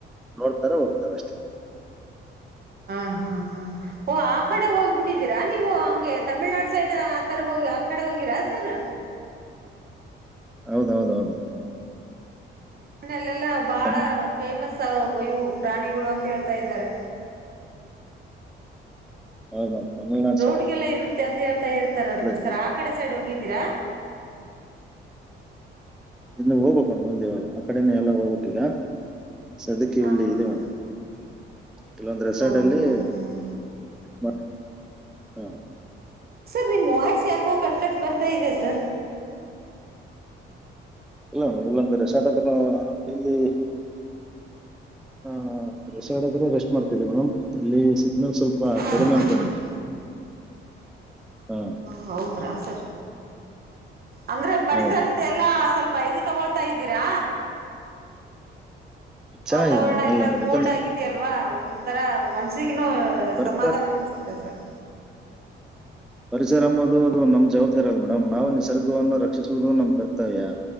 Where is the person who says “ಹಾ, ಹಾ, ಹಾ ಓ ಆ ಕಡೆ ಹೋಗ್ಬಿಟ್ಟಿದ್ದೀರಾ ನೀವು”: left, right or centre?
Right